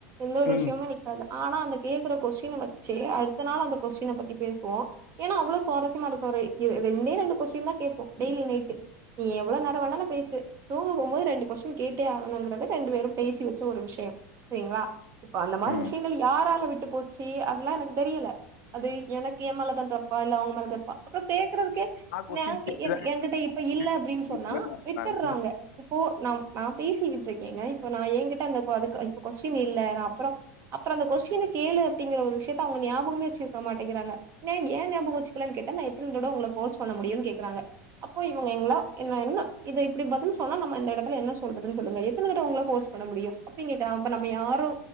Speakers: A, on the right; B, on the left.
A: எந்த ஒரு
B: ம்
A: விஷயமுமே இருக்காது ஆனா அந்த கேக்குற கொஸ்டின வச்சே அடுத்த நாள் அந்த கொஸ்டின பத்தி பேசுவோம் ஏன்னா அவ்ளோ சுவாரஸ்யமா இருக்கும் ரெ இரு ரெண்டே ரெண்டு கொஸ்டின் தா கேப்போம் டெய்லி நைட்டு நீ எவ்ள நேர வேணாலும் பேசு தூங்க போகும்போது ரெண்டு கொஸ்டின் கேட்டே ஆகணுங்கிறது ரெண்டு பேரும் பேசி வச்ச ஒரு விஷயம் செரிங்ளா இப்ப அந்த மாரி
B: ம்
A: விஷயங்கள் யாரால விட்டு போச்சு அதெல்லா எனக்கு தெரியல அது எனக்கு எம்மேலதா தப்பா இல்ல அவுங்க மேல தப்பா அப்பறம் கேக்குறதுக்கே
B: கொஸ்டின்
A: நா
B: கேட்டுதாங்க
A: என் என்கிட்ட இப்ப இல்ல
B: திருப்பி-
A: அப்டின் சொன்னா
B: இல்ல, இல்ல,
A: விட்டுற்றாங்க
B: நான்
A: இப்போ ந நா பேசிட்டு இருக்கேங்க இப்போ நா ஏன்கிட்ட அந்த கொ அதுக்கு கொஸ்டின் இல்ல நா அப்பறம் அப்பறம் அந்த கொஸ்டின் கேளு அப்டிங்கிற ஒரு விஷயத்த அவுங்க நயாபகமே வச்சிருக்க மாட்டேங்கிறாங்க ஏ ஏன் நயாபக வச்சுகலன்னு கேட்டா நா எத்தன தடவ உங்கள ஃபோர்ஸ் பண்ண முடியும்னு கேக்குறாங்க அப்போ இவங்க எங்களா என் என்ன இத இப்டி பதில் சொன்னா நம்ம இந்த எடத்துல என்ன சொல்றதுன்னு சொல்லுங்க எத்தன தடவ உங்கள ஃபோர்ஸ் பண்ண முடியும் அப்டிங் கேக்குறான் நம்ம யாரோ